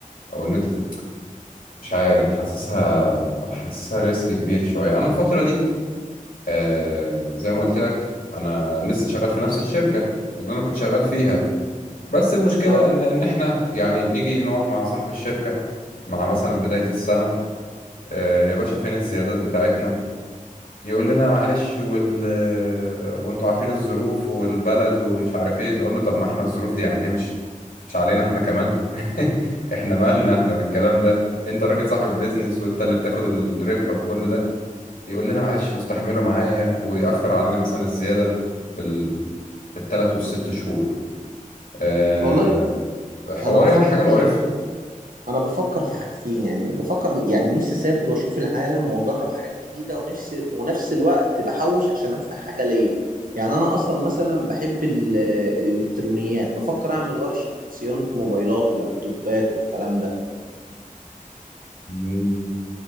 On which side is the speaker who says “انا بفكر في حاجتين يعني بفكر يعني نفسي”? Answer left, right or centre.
Right